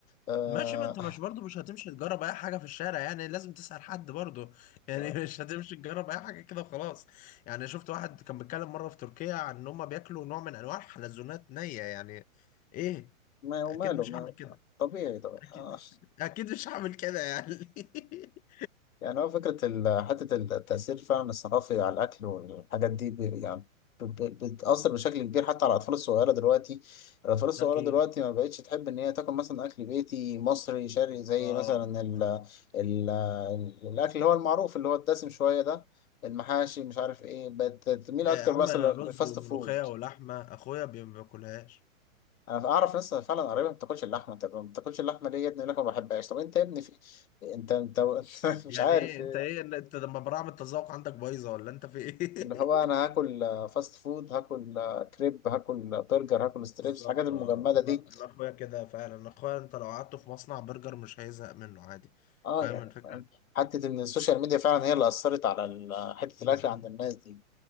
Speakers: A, on the left; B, on the left.
A: آه...
B: ماشي ما انت مش برضو مش هتمشي تجرب اي حاجه في الشارع يعني لازم تسال حد برضو يعني
A: <laughs>
B: <laughs> مش هتمشي تجرب اي حاجه كده وخلاص يعني شفت واحد كان بيتكلم مره في تركيا عن ان هم بياكلوا نوع من انواع الحلزونات نيه يعني ايه
A: ما وماله
B: اكيد مش هعمل كده
A: طبيعي طبعا
B: اكيد
A: آه،
B: <laughs> اكيد مش هعمل كده يعني <laughs>
A: يعني هو فكرة ال- حتة التأثير فعلا الثقافي على الأكل والحاجات دي ب- يعني ب- ب- بتأثر بشكل كبير حتى على الأطفال الصغيرة دلوقتي الأطفال الصغيرة
B: أكيد
A: دلوقتي ما بقتش تحب إن هي تاكل مثلا أكل بيتي مصري شرقي زي
B: آه
A: مثلا ال
B: آه
A: ال الأكل اللي هو المعروف اللي هو الدسم شوية ده المحاشي مش عارف إيه بقت تميل أكتر
B: آه يا عم
A: مثلا
B: أنا رز
A: للفاست
B: وملوخية
A: فود
B: ولحمة أخويا بي- ما بياكلهاش
A: أنا أعرف ناس فعلا قريبة ما بتاكلش اللحمة طب ما بتاكلش اللحمة ليه يا ابني يقول لك ما بحبهاش طب أنت يا ابني في... أنت أنت <laughs> مش
B: يعني
A: عارف
B: إيه أنت إيه اللي- أنت لما براعم التذوق عندك بايظة ولا أنت في إيه؟
A: اللي هو انا
B: <laughs>
A: هاكل آه، فاست فود هاكل آه، كريب هاكل آه، برجر هاكل ستريبس
B: بالظبط
A: الحاجات المجمده
B: اه انا
A: دي
B: انا اخويا كده فعلا انا اخويا انت لو قعدته في مصنع برجر مش هيزهق منه عادي
A: اه
B: فاهم
A: يعني
B: الفكره
A: فاهم حته ان السوشيال ميديا فعلا هي اللي اثرت على ال- حته
B: مم.
A: الاكل عند الناس دي